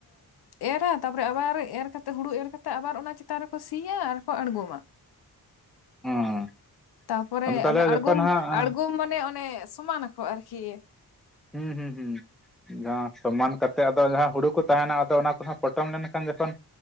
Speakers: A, on the left; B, in the centre.
A: ᱮᱨᱟ, ᱛᱟᱨᱯᱚᱨᱮ ᱟᱵᱟᱨ ᱮᱨ ᱠᱟᱛᱮᱜ ᱦᱩᱲᱩ ᱮᱨ ᱠᱟᱛᱮᱜ ᱟᱵᱟᱨ ᱚᱱᱟ ᱪᱮᱛᱟᱱ ᱨᱮᱠᱚ ᱥᱤᱭᱟ ᱟᱨᱠᱚ ᱟᱬᱜᱚᱢᱟ
B: ᱚᱸ
A: ᱛᱟᱯᱚᱨᱮ
B: ᱟᱫᱚ ᱛᱟᱦᱚᱞᱮ
A: ᱟᱲᱜᱚᱢ,
B: ᱡᱚᱠᱷᱚᱱ ᱦᱟᱸᱜ
A: ᱟᱲᱜᱚᱢ ᱢᱟᱱᱮ ᱚᱱᱮ ᱥᱚᱢᱟᱱᱟᱠᱚ ᱟᱨᱠᱤ
B: ᱦᱩᱸ ᱦᱩᱸ ᱦᱩᱸ ᱵᱟ, ᱥᱚᱢᱟᱱ ᱠᱟᱛᱮᱫ ᱟᱫᱚ ᱡᱟᱦᱟᱸ ᱦᱩᱲᱩ ᱠᱚ ᱛᱟᱦᱮᱱᱟ ᱟᱫᱚ ᱚᱱᱟᱠᱚ ᱦᱟᱸᱜ ᱯᱚᱴᱚᱢ ᱞᱮᱱᱠᱷᱟᱱ ᱡᱚᱠᱷᱚᱱᱼᱼ